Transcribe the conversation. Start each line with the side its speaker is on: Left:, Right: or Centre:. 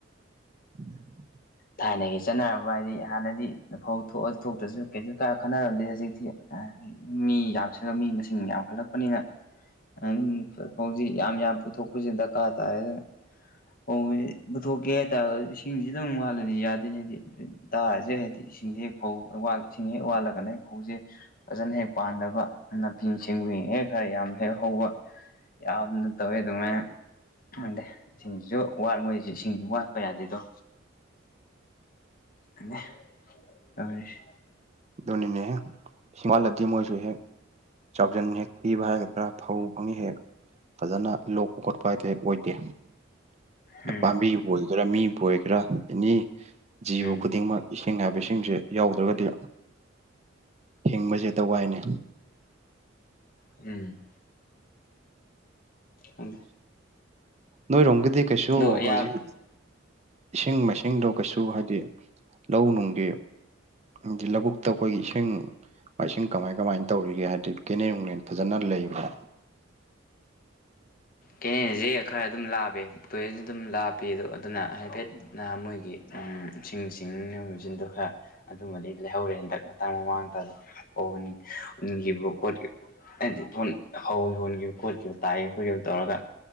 Right: <unintelligible>
Left: ꯊꯥꯏꯅꯒꯤ ꯆꯠꯅꯔꯕ ꯍꯥꯏꯗꯤ ꯍꯥꯟꯅꯗꯤ ꯐꯧ ꯊꯣꯛꯑ ꯊꯣꯛꯇ꯭ꯔꯁꯨ ꯀꯩꯁꯨ ꯀꯥ ꯈꯠꯅꯔꯝꯗꯦ ꯍꯧꯖꯤꯛꯇꯤ ꯃꯤ ꯌꯥꯝꯁꯤꯜꯂꯛ ꯃꯤ ꯃꯁꯤꯡ ꯌꯥꯝꯈꯠꯂꯛꯄꯅꯤꯅ ꯑꯗꯨꯝ ꯍꯧꯖꯤꯛ ꯌꯥꯝ ꯌꯥꯝ ꯄꯨꯊꯣꯛꯄꯁꯤ ꯗꯔꯀꯥꯔ ꯇꯥꯔꯦꯗꯅ ꯍ ꯄꯧꯒꯤ ꯄꯨꯊꯣꯛꯀꯦ ꯍꯥꯏꯇꯥꯔꯒꯖꯨ ꯏꯁꯤꯡꯁꯤ ꯑꯗꯨꯝ ꯋꯥꯠꯂꯗꯤ ꯌꯥꯗꯦꯅꯦ ꯍꯥꯏꯗꯤ ꯗꯥꯔꯖꯦ ꯍꯥꯏꯗꯤ ꯏꯁꯤꯡꯖꯦ ꯐꯧ ꯋꯥꯠꯂ ꯏꯁꯤꯡ ꯍꯦꯛ ꯋꯥꯠꯂꯒꯅꯦ ꯍꯦꯛ ꯐꯧꯖꯦ ꯐꯖꯅ ꯍꯦꯛ ꯄꯥꯟꯗꯕ ꯅꯥꯄꯤ ꯁꯤꯡꯕꯤꯅ ꯍꯦꯛ ꯈꯔ ꯌꯥꯝ ꯍꯦꯛ ꯍꯧꯕ ꯌꯥꯝꯅ ꯇꯧꯋꯦ ꯑꯗꯨꯃꯥꯏꯅ ꯈꯪꯗꯦ ꯏꯁꯤꯡꯖꯤꯖꯨ ꯋꯥꯠ ꯃꯣꯏꯁꯨ ꯏꯁꯤꯡꯁꯨ ꯋꯥꯠ ꯄ ꯌꯥꯗꯦꯗꯣ ꯑꯅꯦ ꯇꯧꯔꯤꯁꯤ
Right: ꯗꯨꯅꯤꯅꯦ ꯍꯦ ꯁꯤꯃꯥꯟꯅꯗꯦ ꯃꯣꯢꯖꯨ ꯍꯦꯛ ꯆꯥꯎꯖꯟ ꯍꯦꯛ ꯊꯤꯕ ꯍꯥꯏꯒꯗ꯭ꯔꯥ ꯐꯧ ꯐꯪꯉꯦ ꯍꯦꯛ ꯐꯖꯅ ꯂꯣꯛꯄ ꯈꯣꯠꯄ ꯍꯥꯏꯗꯤ ꯍꯦꯛ ꯑꯣꯏꯗꯦ
Left: ꯎꯝ
Right: ꯄꯥꯝꯕꯤꯕꯨ ꯑꯣꯏꯒꯦꯔꯥ ꯃꯤꯕꯨ ꯑꯣꯏꯒꯦꯔꯥ ꯑꯦꯅꯤ ꯖꯤꯕ
Left: ꯎꯝ
Right: ꯈꯨꯗꯤꯡꯃꯛ ꯏꯁꯤꯡ ꯍꯥꯏꯕ ꯏꯁꯤꯡꯁꯦ ꯌꯥꯎꯗ꯭ꯔꯒꯗꯤ ꯍꯤꯡꯕꯖꯦ ꯍꯦꯛꯇ ꯋꯥꯏꯅꯦ
Left: ꯎꯝ ꯍꯪꯗꯦ
Right: ꯅꯣꯏꯔꯣꯝꯒꯤꯗꯤ ꯀꯩꯁꯨ
Left: ꯑꯗꯣ ꯑꯌꯥꯝ
Right: ꯍꯧꯖꯤꯛ ꯏꯁꯤꯡ ꯃꯥꯏꯁꯤꯡ ꯏꯁꯤꯡꯗꯣ ꯀꯩꯁꯨ ꯍꯥꯏꯗꯤ ꯂꯧ ꯅꯨꯡꯒꯤ ꯍꯥꯏꯗꯤ ꯂꯧꯕꯨꯛꯇ ꯑꯩꯈꯣꯏꯒꯤ ꯏꯁꯤꯡ ꯃꯥꯏꯁꯤꯡ ꯀꯃꯥꯏ ꯀꯃꯥꯏꯅ ꯇꯧꯔꯤꯒꯦ ꯍꯥꯏꯗꯤ ꯀꯦꯅꯦꯟ ꯅꯨꯡꯂꯦꯟ ꯐꯖꯅ ꯂꯩꯕꯅ
Left: ꯀꯦꯅꯦꯟꯖꯦ ꯈꯔ ꯑꯗꯨꯝ ꯂꯥꯞꯄꯦ ꯇꯨꯔꯦꯟꯁꯨ ꯑꯗꯨꯝ ꯂꯥꯞꯄꯤ ꯑꯗꯣ ꯑꯗꯨꯅ ꯍꯥꯏꯐꯦꯠ ꯅꯍ ꯃꯣꯏꯒꯤ ꯎꯝ ꯏꯁꯤꯡ ꯆꯤꯡꯅꯕ ꯃꯦꯆꯤꯟꯗꯣ ꯈꯔ ꯑꯗꯨꯃꯗꯤ ꯂꯩꯍꯧꯔꯦ ꯍꯟꯗꯛ ꯃꯇꯥꯡ ꯃꯃꯥꯡꯗ ꯎꯟ ꯎꯟꯈꯤꯕ ꯈꯣꯠꯈꯤ ꯍꯥꯏꯗꯤ ꯐꯣꯟ ꯍꯧ ꯌꯣꯟꯒꯤꯕ ꯈꯣꯠꯈꯤꯕ ꯇꯥꯏꯌꯦ ꯈꯣꯏꯒꯤ ꯍꯧꯖꯤꯛ ꯇꯧꯔꯒ